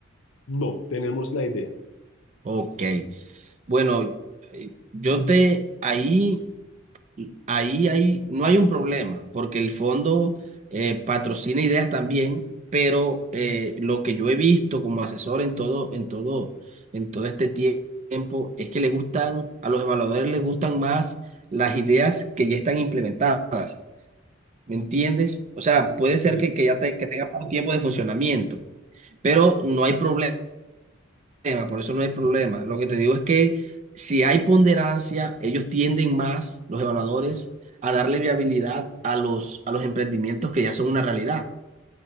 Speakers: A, on the left; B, on the right.
A: No, tenemos la idea.
B: Ok, bueno, eh, yo te, ahí, ahí, ahí, no hay un problema, porque el fondo eh, patrocina ideas también, pero eh, lo que yo he visto como asesor en todo, en todo, en todo este tie- tiempo, es que le gustan, a los evaluadores les gustan más las ideas que ya están implementadas, ¿me entiendes? O sea, puede
A: Ok,
B: ser que, que ya te- que tenga poco tiempo de funcionamiento, pero no hay problema tema, por eso no hay problema. Lo que te digo es que si hay ponderancia, ellos tienden más, los evaluadores, a darle viabilidad a los, a los emprendimientos que ya son una realidad.